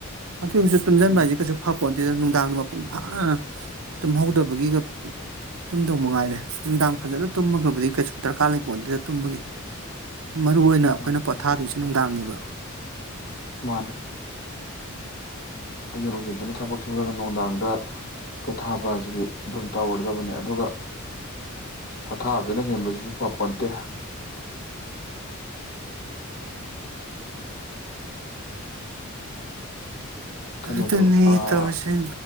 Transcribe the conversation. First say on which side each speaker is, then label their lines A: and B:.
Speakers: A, on the right (about 80°); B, on the left (about 50°).
A: ꯑꯗꯨ ꯍꯧꯖꯤꯛ ꯇꯨꯝꯖꯤꯟꯕ
B: ꯎꯝ
A: ꯍꯥꯏꯖꯦ ꯀꯩꯁꯨ ꯐꯄꯣꯟꯇꯦꯗ ꯅꯨꯡ ꯅꯨꯡꯗꯥꯡꯗ ꯃꯄꯨꯡ ꯐꯥꯅ ꯇꯨꯝꯍꯧꯗꯕꯒꯤꯒ ꯇꯨꯝꯗꯧ ꯃꯉꯥꯏꯔꯦ ꯅꯨꯡꯗꯥꯡ ꯐꯖꯅ ꯇꯨꯝꯃꯒꯕꯨꯗꯤ ꯀꯩꯁꯨ ꯗꯔꯀꯥꯔ ꯂꯩ ꯄꯣꯟꯇꯦꯗ ꯇꯨꯝꯕꯒꯤ ꯃꯔꯨ ꯑꯣꯏꯅ ꯑꯩꯈꯣꯏꯅ
B: ꯎꯝ
A: ꯄꯣꯊꯥꯗꯣꯏꯁꯦ ꯅꯨꯡꯗꯥꯡꯅꯦꯕ
B: ꯃꯥꯟꯅꯦ ꯑꯌꯨꯛ ꯅꯨꯡꯊꯤꯟꯗꯅ ꯊꯕꯛ ꯁꯨꯔꯒ ꯅꯨꯡꯗꯥꯡꯗ ꯄꯣꯊꯥꯕ ꯍꯥꯏꯁꯤꯗꯤ ꯑꯗꯨꯝ ꯇꯧꯔꯦ ꯗꯕꯅꯦ ꯑꯗꯨꯒ ꯄꯣꯊꯥꯕꯖꯤꯅ ꯍꯦꯟꯕꯖꯤꯖꯨ ꯐꯄꯣꯟꯇꯦ ꯀꯩꯅꯣꯗꯣ
A: ꯑꯗꯨꯅꯤ
B: ꯑꯥ
A: ꯇꯧꯔꯤꯁꯦ